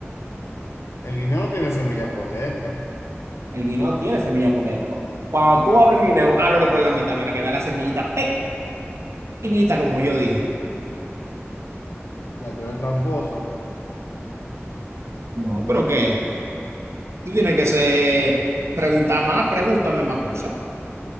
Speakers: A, on the left; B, on the right.
A: El guineo no tiene semilla por dentro.
B: El guineo tiene semilla por dentro. Cuando tú abres el guineo, ábrelo por la mitad para que vea la semillita pequeñita, como yo dije.
A: Ya, tú eres tramposo.
B: No, pero ¿qué? Tú tienes que ser, preguntar más, pregúntame más cosas.